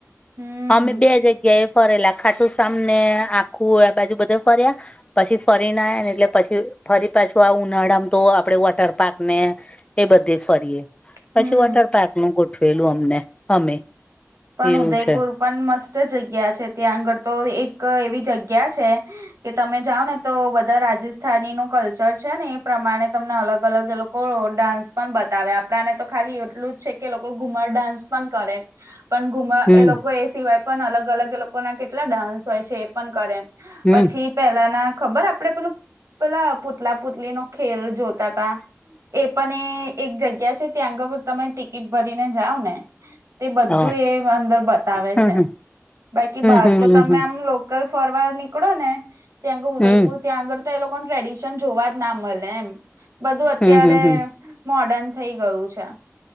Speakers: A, on the right (about 65°); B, on the left (about 20°).
A: હમ
B: અમે બે જગ્યાએ, ફરેલા ખાટુંશ્યામ ને આખું એ બાજુ બધું, ફર્યા પછી ફરી ના આયા ને એટલે પછી, ફરી પાછું આ ઉનાળામ તો આપડે વોટર પાર્ક ને એ બધે ફરીએ, પછી
A: હમ
B: વોટર પાર્ક નું ગોઠવેલું અમને અમે,
A: પણ
B: એવું
A: ઉદયપુર
B: છે
A: પણ મસ્ત જગ્યા છે ત્યાં આગળ તો એક એવી જગ્યા છે. કે તમે જાઓ ને તો બધા રાજસ્થાની નું કલ્ચર છે ને એ, પ્રમાણે તમને અલગ અલગ એ લોકો ડાન્સ પણ બતાવે આપણાને તો, ખાલી એટલું જ છે કે લોકો ઘુમર ડાન્સ પણ કરે પણ ઘુમ્
B: હમ
A: એ લોકો એ સિવાય, પણ અલગ અલગ એ લોકો ના કેટલા ડાન્સ હોય છે એ પણ કરે
B: હમ
A: પછી, પેહલા ના ખબર આપડે પેલું પેલા પુતલા પુતલી નો ખેલ જોતા તા, એ પણ એ એક જગ્યા છે ત્યાં આગળ તમે ટિકિટ ભરીને જાવ ને તે, બ
B: હા
A: બધું એ અંદર બતાવે
B: હમ
A: છે બાકી બહાર
B: હમ હમ
A: તો તમે
B: હમ
A: આમ લો કલ ફરવાર નીકળો ને ત્યાંગે ઉદયપુર,
B: હમ
A: ત્યાં આગળ તો એ લોકોન ટ્રેડિશન જોવા જ ના મળે એમ બધું અત્યારે,
B: હમ હમ હમ
A: મોર્ડર્ન થઈ ગયું છે.